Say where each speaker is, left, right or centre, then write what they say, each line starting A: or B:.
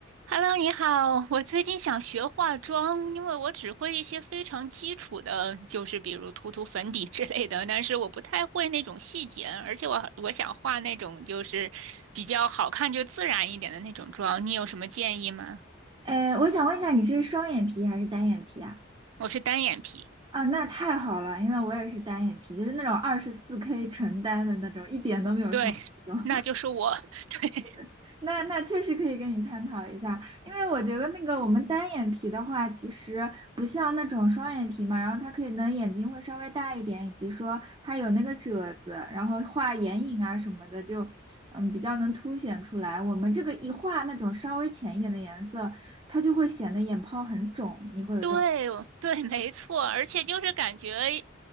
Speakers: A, on the right; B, on the right.
A: Hello，你好，我最近想学化妆，因为我只会一些非常基础的，就是比如涂涂粉底 <laughs> 之类的，但是我不太会那种细节，而且我我想画那种就是比较好看就自然一点的那种妆，你有什么建议吗？
B: 哎，我想问一下，你是双眼皮还是单眼皮啊？
A: 我是单眼皮，
B: 啊，那太好了，因为我也是单眼皮，就是那种二十四 K 纯单的那种，一点都没有双那种
A: 对，那就是我，<laughs> 对
B: <laughs> 那那确实可以跟你探讨一下，因为我觉得那个我们单眼皮的话，其实不像那种双眼皮嘛，然后它可以能眼睛会稍微大一点，以及说它有那个褶子，然后画眼影啊什么的就。嗯，比较能凸显出来。我们这个一画那种稍微浅一点的颜色，它就会显得眼泡很肿。你会有这种？
A: 对我对，没错，而且就是感觉